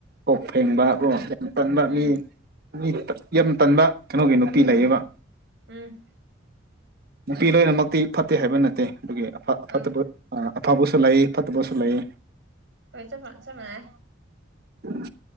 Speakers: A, on the right; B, on the right.
A: ꯀꯣꯛ ꯐꯦꯡꯕ
B: ꯍꯣꯏ
A: ꯀꯣ ꯌꯥꯝ ꯀꯟꯕ
B: ꯎꯝ
A: ꯃꯤ ꯃꯤ ꯌꯥꯝ ꯇꯟꯕ ꯀꯩꯅꯣꯒꯤ ꯅꯨꯄꯤ ꯂꯩꯌꯦꯕ
B: ꯎꯝ
A: ꯅꯨꯄꯤ ꯂꯣꯏꯅꯃꯛꯇꯤ ꯐꯠꯇꯦ ꯍꯥꯏꯕ ꯅꯠꯇꯦ ꯑꯗꯨꯒꯤ ꯑꯐꯠꯇꯕ
B: ꯑꯧ
A: ꯑꯐꯕ ꯁ ꯂꯩꯥꯏ ꯐꯠꯇꯕꯁꯨ ꯂꯩꯥꯏ
B: ꯄꯩ ꯆ ꯐ ꯆ ꯃꯅꯦ
A: ꯎꯝ